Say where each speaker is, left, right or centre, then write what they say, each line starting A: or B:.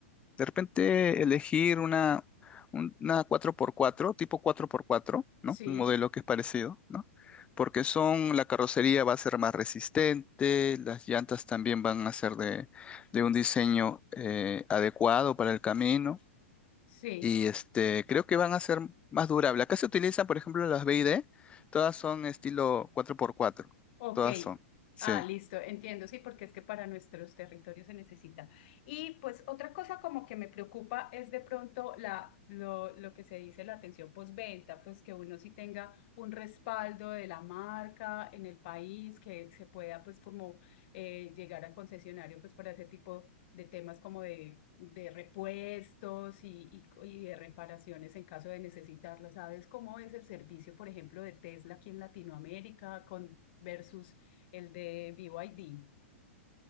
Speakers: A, on the left (about 15°); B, on the left (about 50°).
A: de repente elegir una, un- una cuatro por cuatro tipo cuatro por cuatro, no
B: sí,
A: Un modelo que es parecido, ¿no? Porque son, la carrocería va a ser más resistente, las llantas también van a ser de, de un diseño eh, adecuado para el camino
B: sí.
A: y este, creo que van a ser más durables. Acá se utilizan, por ejemplo, las B I D, todas son estilo cuatro por cuatro,
B: Ok.
A: todas son, sí.
B: Ah, listo, entiendo, sí, porque es que para nuestros territorios se necesita. Y pues otra cosa como que me preocupa es de pronto la, lo, lo que se dice la atención postventa, pues que uno sí tenga un respaldo de la marca en el país, que se pueda pues como eh, llegar al concesionario pues para ese tipo de temas como de, de repuestos y, y, y de reparaciones en caso de necesitarlas. ¿Sabes cómo es el servicio, por ejemplo, de Tesla aquí en Latinoamérica con, versus el de B Y D?